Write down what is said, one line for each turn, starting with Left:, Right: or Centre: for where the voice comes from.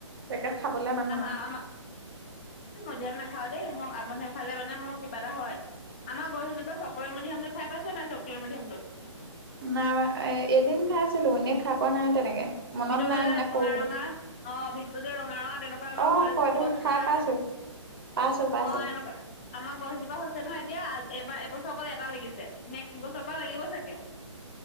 Right: তাকে খাবলে মান
Left: আমাৰ-আমাৰ এই মধুৰিআম নাখাওঁ দেই, মোৰ মধুৰিআম খালে মানে মোৰ কিবা এটা হয়। আমাৰ গছজোপা চকলেট মধুৰিআম খাই পাইছে নাই, চকলেট মধুৰিআমটো।
Right: নাই এ এদিন খাই আছিলোঁ, এনে খায় পোৱা নাই তেনেকে। মনত
Left: ভিতৰতো
Right: নাই
Left: যে
Right: মানে সৰুতে
Left: ৰঙা ৰঙা অ ভিতৰতো যে ৰঙা ৰঙা তেনেকুৱা আমাৰ
Right: অ
Left: ঘৰত
Right: হয়তো
Left: গছ এজোপা
Right: খাই পাইছো
Left: আছে
Right: পাইছো পাইছো
Left: অ' এনেকুৱা আমাৰ গছজোপা হৈছে নহয় এতিয়া এবাৰ এবছৰ এটা লাগিছে নেক্সট বছৰ পৰা লাগিব চাগে